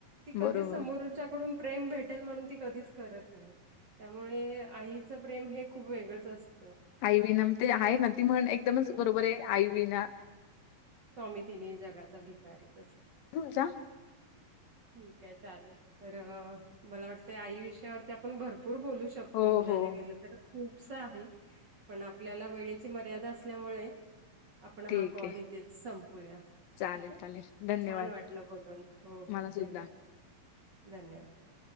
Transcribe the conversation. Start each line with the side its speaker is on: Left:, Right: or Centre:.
Right: ती कधीच
Left: बरोबर.
Right: समोरच्याकडून प्रेम भेटेल म्हणून, ती कधीच करत नाही त्यामुळें. आईचं प्रेम हे खूप वेगळंच असतं.
Left: आई विना ते आहे ना, ती म्हण एकदमच बरोबर आहे आई विना
Right: स्वामी तिन्ही जगाचा भिकारी तसं.
Left: हम्म जा.
Right: ठीक आहे. चालेल तर मला वाटतंय, आई विषयावरती आपण भर भरपूर बोलू शकतो,
Left: हो,
Right: बोलायला
Left: हो.
Right: गेलं तर. खूपस आहे, पण आपल्याला वेळेची मर्यादा असल्यामुळे. आपण
Left: ठीक
Right: हा कॉल
Left: आहे.
Right: इथेच संपूया.
Left: चालेल,
Right: ठीक आहे
Left: चालेल. धन्यवाद.
Right: छान वाटलं बोलून हो
Left: मला
Right: हो धन्यवाद,
Left: सुद्धा.
Right: धन्यवाद.